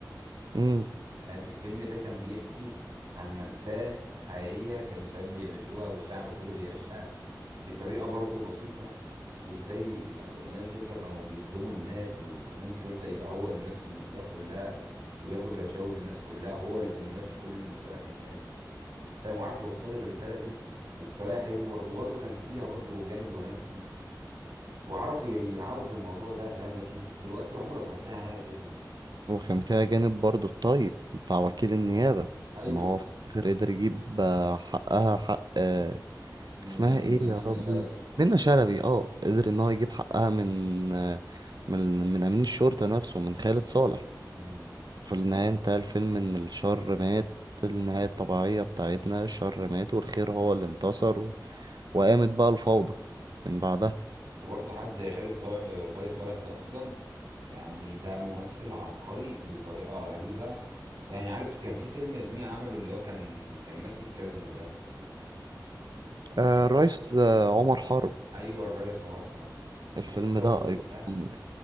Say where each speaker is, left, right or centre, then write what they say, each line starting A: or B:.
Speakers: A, on the right; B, on the right.
A: امم
B: فاهم الفيلم ده كان بيحكي عن مأساة حقيقية كان الشباب بيعيشوها والشعب كله بيعيشها بطريقة برضه بسيطة وازاي أمناء الشرطة كانوا بيظلموا الناس و- وأمين الشرطة يبقى هو اللي ماسك المنطقة كلها وياخد رشاوي من الناس كلها وهو اللي كان ماشي كل مصالح الناس فاهم وعارف يوصل لك الرسالة دي وبطريقة حلوة وبرضه كان فيها برضه جانب رومانسي وعرفوا ي- يلعبوا في الموضوع ده فاهم لكن دلوقتي عمرك ما تلاقي حاجه كده
A: وكان فيها جانب برضو الطيب بتاع وكيل النيابة
B: ايوه
A: ان هو في الآخر قدر يجيب آه، حقها حق آه،
B: م-
A: اسمها
B: منا
A: ايه
B: منا
A: يا ربي
B: شلبي
A: منة شلبي اه قدر ان هو يجيب حقها من آه، من من امين الشرطة نفسه من خالد صالح
B: امم
A: في النهاية انتهى الفيلم إن الشر مات النهاية الطبيعية بتاعتنا الشر مات والخير هو اللي انتصر و... وقامت بقى الفوضى من بعدها
B: وبرضه حد زي خالد صالح آه، خالد صالح ده اصلا يعني ده ممثل عبقري بطريقه غريبه يعني عارف كان في فيلم يا زميلي عمله اللي هو كان كان ماسك كازينو ده
A: آه
B: عارف
A: الرئيس آه عمر حرب
B: ايوه الريس عمر حرب
A: الفيلم
B: يا اسطى
A: ده
B: الراجل
A: أيقوني
B: ده